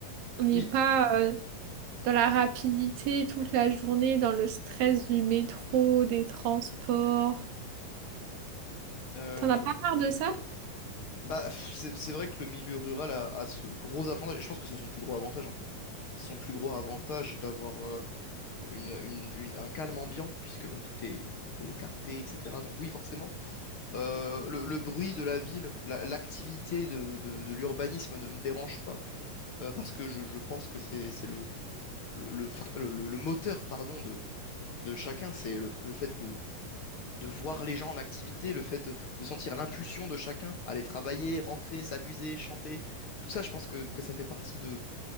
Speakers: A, on the right; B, on the left.
A: On n'est
B: Oui,
A: pas euh, dans la rapidité toute la journée, dans le stress du métro, des transports.
B: euh,
A: T'en as pas marre de ça?
B: Bah, pff, c'est c'est vrai que le milieu rural a, a ce gros avantage, et je pense que c'est son plus gros avantage en fait. C'est son plus gros avantage d'avoir euh, une, une- une- un calme ambiant, puisque bah, tout est, est écarté, etc. Donc oui, forcément. Euh, le, le bruit de la ville, la- l'activité de, de- de l'urbanisme ne me dérange pas, euh, parce que je, je pense que c'est c'est le, le, le, fre- le- le- le moteur pardon, de, de chacun, c'est le, le fait de voir les gens en activité, le fait de, de sentir l'impulsion de chacun, aller travailler, rentrer, s'amuser, chanter, tout ça, je pense que, que ça fait partie de,